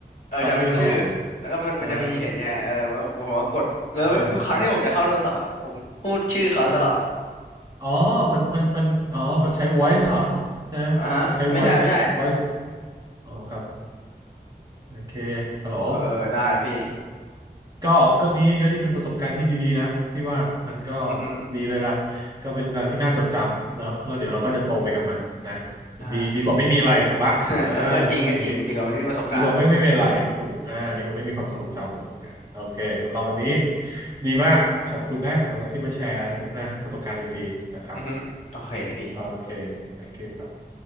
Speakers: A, on the left; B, on the right.
A: เออจำเป็นชื่อ
B: จำชื่อเขาเหรอ
A: แล้วก็มันมันจะมีเห็นไงเออมันก็ผมก็กดแล้วทุกครั้งที่ผมจะเข้าโทรศัพท์อะผมพูดชื่อเขาตลอด
B: อ่ามันเป็นเอ่อนึกอ๋อมันมันมันอ๋อ มันใช้ voice เหรอใช่ไหมมันใช้
A: อ่ะฮะไม่ใช่ไม่ใช่
B: voice voice อ๋อครับโอเคฮัลโหล
A: เออได้พี่
B: ก็ก็ดีก็ดีเป็นประสบการณ์ที่ดีๆนะพี่ว่ามันก็
A: อือฮึ
B: ดีเลยล่ะก็เป็นอะไรที่น่าจดจำเนาะแล้วเดี๋ยวเราก็จะโตไปกับมันนะ
A: อ่า
B: ดีดีกว่าไม่มีอะไรถูกปะอ่าต้องคิดอย่างนี้
A: <laughs> เออก็จริงก็จริงดีกว่าไม่มีประสบการณ์
B: ดีกว่าไม่ไม่มีอะไรถูกอ่าดีกว่าไม่มีความทรงจำประสบการณ์โอเคสำหรับวันนี้ดีมากขอบคุณนะสำหรับที่มาแชร์นะประสบการณ์ดีๆนะครับ
A: อือฮึโอเคพี่
B: โอเค thank you ครับ